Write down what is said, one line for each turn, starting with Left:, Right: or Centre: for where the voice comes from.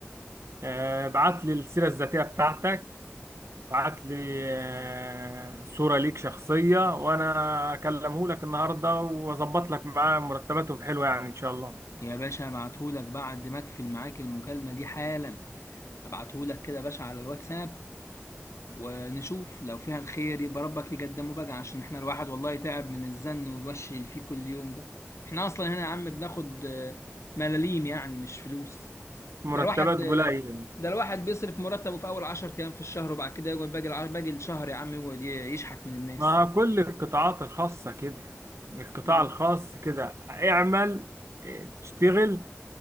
Right: آه، بعت لي السيره الذاتيه بتاعتك بعت لي آه، صوره ليك شخصيه وانا اكلمه لك النهارده واظبط لك معاه مرتباتهم حلوه يعني ان شاء الله
Left: يا باشا هبعتهولك بعد ما اقفل معاك المكالمه دي حالا هبعتهولك كده يا باشا على الواتساب ونشوف لو فيها الخير يبقى ربك يقدمه بقى عشان احنا الواحد والله تعب من الزن والوش اللي فيه كل يوم ده احنا اصلا هنا يا عم بناخد آه، ملاليم يعني مش فلوس
Right: مرتبات
Left: ده الواحد
Right: قليله
Left: ده الواحد بيصرف مرتبه في اول 10 ايام في الشهر وبعد كده يقعد باقي الع- باقي الشهر يا عم يقعد ي- يشحت من الناس
Right: مع كل القطاعات الخاصة كده القطاع
Left: مم.
Right: الخاص كده اعمل اه، تشتغل